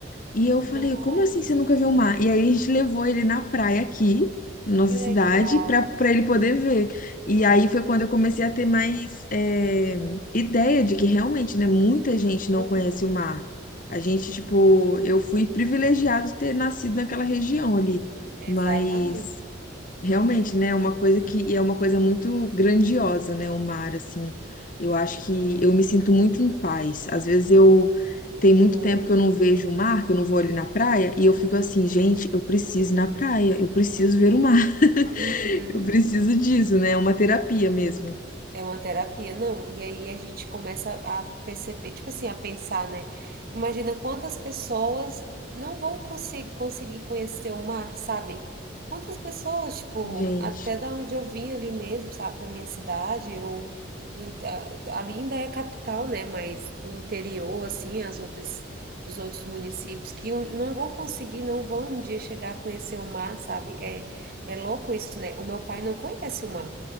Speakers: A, on the left; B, on the right.
A: E eu falei,
B: Nossa,
A: como assim você nunca viu o mar? E aí a gente levou ele na praia aqui, na nossa
B: que legal.
A: cidade, para para ele poder
B: Uhum.
A: ver. E aí foi quando eu comecei a ter mais é, ideia de que realmente, né, muita gente não
B: uhum.
A: conhece o mar. A gente, tipo, eu fui privilegiado de ter nascido naquela região ali. Mas
B: Exatamente.
A: Realmente, né? É Uma coisa que e é uma coisa muito grandiosa, né? O mar, assim. Eu acho que eu me sinto muito em paz. Às vezes eu tem
B: Uhum.
A: muito tempo que eu não vejo o mar, que eu não vou ali na praia, e eu fico assim, gente, eu preciso ir na praia, eu preciso ver o mar, <laughs>
B: Uhum.
A: eu preciso disso, né? É uma terapia mesmo.
B: né? É uma terapia, não. E aí a gente começa a perceber, tipo assim, a pensar, né? Imagina quantas pessoas não vão conseguir, conseguir conhecer o mar, sabe? Quantas pessoas, tipo,
A: Gente,
B: até da onde eu vim ali mesmo, sabe? Da minha cidade, ou do, in- a- ali ainda é capital, né? Mas do interior, assim, as outras, dos outros municípios, que um, não vão conseguir, não vão um dia chegar a conhecer o mar, sabe? É, é louco isso, né? O meu pai não conhece o mar.